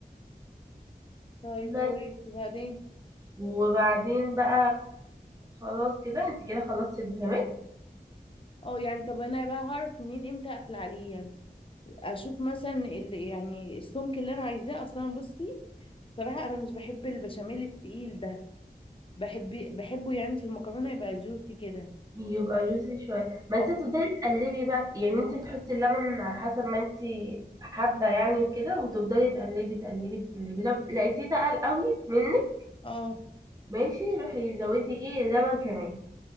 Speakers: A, on the left (about 30°); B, on the right (about 20°).
A: طيب
B: بس
A: كويس وبعدين
B: وبعدين بقى خلاص كده انت كده خلصتي البشاميل
A: اه يعني طب انا بقى هعرف منين امتى اقفل عليه يعني اشوف مثلا اللي يعني السمك اللي انا عايزاه اصلا بصي صراحة انا مش بحب البشاميل التقيل ده بحب بحبه يعني في المكرونة يبقى جوسي كده
B: يبقى جوسي شويه ما
A: اه
B: انت تفضلي تقلبي بقى يعني انت هتحطي اللبن على حسب ما انت حابه يعني وكده وتفضلي تقلبي تقلبي تقلبي لو لقيتيه تقل قوي منك
A: اه
B: ماشي روحي زودي ايه لبن كمان